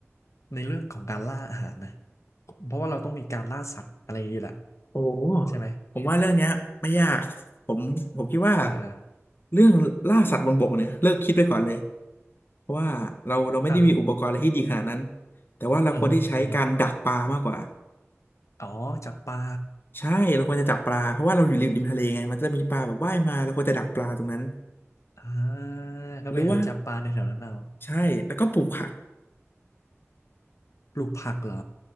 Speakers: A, on the left (about 80°); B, on the left (about 45°).
A: ในเรื่องของการล่าอาหารนะ เพราะว่าเราต้องมีการล่าสัตว์อะไรอย่างนี้แหละ
B: โอ้โห
A: ใช่ไหม
B: ผมว่าเรื่องเนี้ยไม่ยากผมผมคิดว่า
A: อ่า
B: เรื่องล่าสัตว์บนบกเนี่ยเลิกคิดไปก่อนเลยเพราะว่าเราเราไม่ได้มีอุปกรณ์อะไรที่ดีขนาดนั้น
A: อ้าว
B: แต่ว่าเราควรที่ใช้การดักปลามากกว่า
A: อือฮึอือฮึอ๋อจับปลา
B: ใช่เราควรจะจับปลาเพราะว่าเราอยู่ริมทะเลไงมันจะมีปลาแบบว่ายมาเราควรจะดักปลาตรงนั้น
A: อ่าก็ไปหาจับปลาในแถวนั้นเอา
B: หรือว่าใช่แล้วก็ปลูกผัก
A: ปลูกผักเหรอ